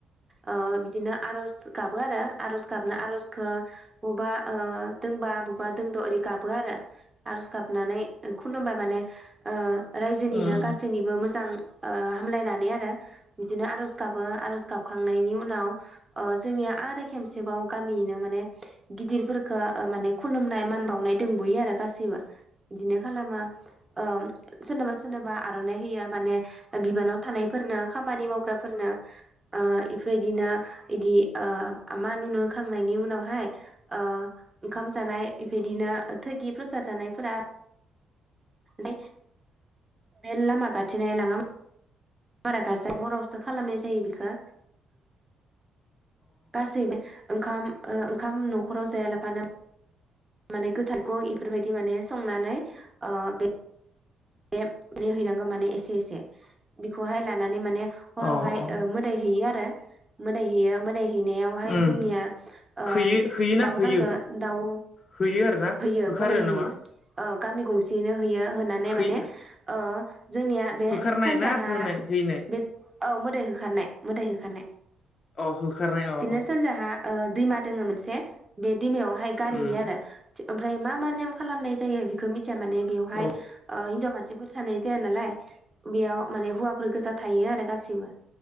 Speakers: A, on the right; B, on the left.
A: ओ बिदिनो आर'ज गाबो आरो आर'ज गाबना आर'जखो अबा ओ दोंबा बबेबा दोंद' ओरै गाबो आरो आरज गाबनानै खुलुमबाय माने ओ रायजोनिनो
B: अ
A: गासैनिबो मोजां ओ हामलायनानै आरो बिदिनो आर'ज गाबो आरज गाब खांनायनि उनाव ओ जोंनिया आरो खेबसेबाव गामिनो माने गिदिरफोरखो माने खुलुमनाय मान बावनाय दंबयो आरो गाैसैबो बिदिनो खालामो ओ सोरनोबा सोरनोबा आर'नाइ होयो माने बिबानाव थानायफोरनो खामानि मावग्राफोरनो ओ इफोबायदिनो बिदि ओ मान उनु होखांनायनि उनावहाय ओ ओंखाम जानाय इफि दिनो थैगि प्रसाद जानायफोराे ओ बे लामा गाथिनो लां बारा गारजा हरावसो खालामनाय जायो बि खौ गासैबो ओंखाम ओ ओंखाम न'खराव जायालाफानो माने गोथाखौ इफोरबायदि माने संनानै ओ बे हैनांगो माने एसे एसे बिखोहाय लानानै माने हरावहाय
B: अ अ
A: ओ मोदाय हैैयो आरो मोन मोदाय हैयो मोदाय हैनायावहाय
B: उम
A: जोंनिया ओ
B: होयो होयोना
A: दाउ
B: होयो
A: नांगौ दाउ
B: होयो आरोना
A: हैयो
B: होखारो
A: मोदाय होयोओ
B: नामा
A: गामि गंसेयैनो होयो। होनानै
B: है
A: माने ओ जोंनिया बे
B: होखारनाय
A: सानजाहा
B: ना होनाय हैनाय
A: बे औ मोदाय होखारनाय मोदाय हो खारनाय
B: अ होखारनाय अ अ
A: दिनो सानजाहा ओ दैमा दोङो मोनसे बे दिमायावहाय गारहैयो
B: उम
A: आरो ओमफ्राय मा मा नेम खालामनाय जायो बेखौ मि मिथिया माने बेवहाय
B: औ
A: ओ हिन्जाव मानसिफोर थानाय जाया नालायबेयाव माने होैवा फोर गोजा थायो आरोगासैबो